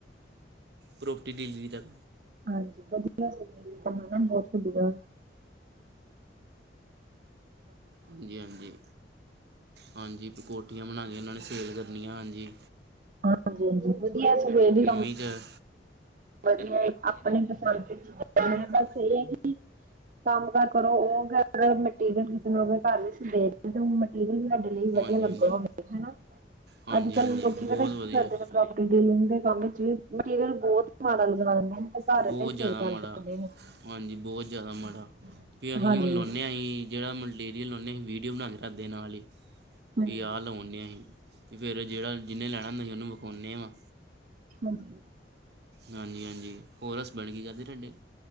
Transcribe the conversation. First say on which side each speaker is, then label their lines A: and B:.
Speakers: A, on the right; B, on the right.
A: ਪ੍ਰੋਪਰਟੀ ਡੀਲਰੀ ਤੱਕ।
B: ਹਾਂਜੀ। ਵਧ ਆਮ ਬਹੁਤ ਵੱਡੀ ਗੱਲ। <inaudible>
A: ਹਾਂਜੀ- ਹਾਂਜੀ -ਹਾਂਜੀ। ਪ ਕੋਠੀਆਂ ਬਣਾ ਕੇ ਉਹਨਾਂ ਨੇ ਸੇਲ ਕਰਨੀਆਂ ਹਾਂਜੀ।
B: ਹਾਂਜੀ- ਹਾਂਜੀ। ਵਧਿਆ ਸਗੋਂ ਐ ਵੀ ਕੰਮ।
A: ਕੀ ਚਾਹੀਦਾ।
B: ਵਧੀਆ ਆਪਣੇ ਪਸੰਦ <unintelligible> ਬਸ
A: ਹਾਂ
B: ਇਹੀ ਹੈ ਜੀ। ਕੰਮ- ਕਾਰ ਕਰੋ, ਉਹ ਮਟੀਰੀਅਲ ਕਿਸੇ ਨਾਲ ਕੋਈ ਘਰ ਨਹੀਂ ਸੀਗੇ। ਮਟੀਰੀਅਲ ਵੀ ਤੁਡੇ ਲਈ
A: ਹਾਂਜੀ
B: ਵਧੀਆ ਲੱਗਗਾ
A: ਹਾਂਜੀ
B: ਹੋਵੇ, ਹਨਾ
A: ਹਾਂਜੀ
B: ਅੱਜ ਕੱਲ
A: ਹਾਂਜੀ
B: ਲੋਕ ਪਤਾ
A: ਬਹੁਤ
B: ਕੀ
A: ਵਧੀਆ
B: ਕਰਦੇ ਪ੍ਰੋਪਰਟੀ ਡੀਲਿੰਗ ਦੇ ਕੰਮ ਵਿਚ ਵੀ ਮਟੀਰੀਅਲ ਬਹੁਤ ਮਾਡੲ ਲਗਾਉਂਦੇ ਨੇ। ਭਾਰਤ
A: ਬਹੁਤ
B: ਦੇ ਸਿਰ
A: ਜ਼ਿਆਦਾ
B: ਕਰ
A: ਮਾੜਾ
B: ਸਕਦੇ ਨੇ।
A: ਹਾਂਜੀ, ਬਹੁਤ ਜ਼ਿਆਦਾ ਮਾੜਾ ਫ ਅਸੀਂ
B: ਹਾਂਜੀ
A: ਹੁਣ ਲਾਉਂਦੇ ਹਾ ਅਸੀਂ ਜਿਹੜਾ ਮਟੀਰੀਅਲ ਲਉਂਦੇਂ, ਆਸੀ ਵੀਡੀਓ ਬਣਾਉਂਦੇ, ਰਖਦੇ ਨਾਲ ਹੀ
B: ਹਾਂਜੀ
A: ਵੀ ਆਹ ਲਵਾਉਂਦੇ ਹ ਅਸੀਂ। ਤੇ ਫੇਰ ਜਿਹੜਾ ਜਿਹਨੇ ਲੈਣਾ, ਅਸੀਂ ਉਹਨੂੰ ਵਿਖਾਉਂਦੇ ਵਾਂ-
B: ਹਾਂਜੀ।
A: ਹਾਂਜੀ -ਹਾਂਜੀ ਹੋਰ ਹੱਸ ਬੈਣ ਕੀ ਕਰਦੇ ਤੁਹਾਡੇ?